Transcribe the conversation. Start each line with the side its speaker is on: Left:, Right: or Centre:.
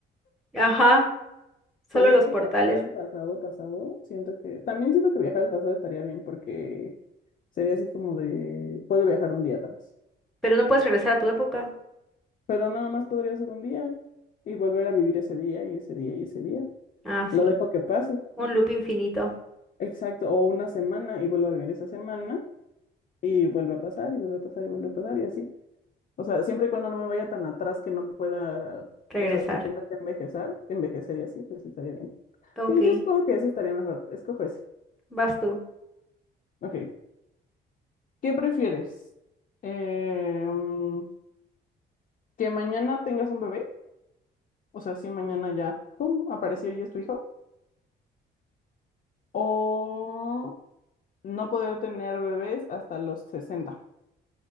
Centre: Ajá, solo
Left: pero es
Centre: los
Left: que
Centre: portales.
Left: viajar al pasado, pasado, siento que, también siento que viajar al pasado estaría bien porque sería así como de, puedo viajar un día atrás,
Centre: Pero no puedes regresar a tu época.
Left: pero nada más podría ser un día y volver a vivir ese día y ese día y ese día.
Centre: Ah, sí.
Left: Lo dejo que pase,
Centre: Un loop infinito.
Left: exacto, o una semana y vuelvo a vivir esa semana y vuelve a pasar y vuelve a pasar y vuelve a pasar y así. O sea, siempre y cuando no me vaya tan atrás que no pueda,
Centre: Regresar.
Left: o sea, que tenga que envejecer, que envejecería así, pues estaría bien.
Centre: Ok,
Left: Sí, yo supongo que ese estaría mejor. Escojo ese.
Centre: vas tú.
Left: Ok. ¿Qué prefieres? Em, ¿que mañana tengas un bebé? O sea, si mañana ya, pum, apareció y es tu hijo. ¿O no poder tener bebés hasta los sesenta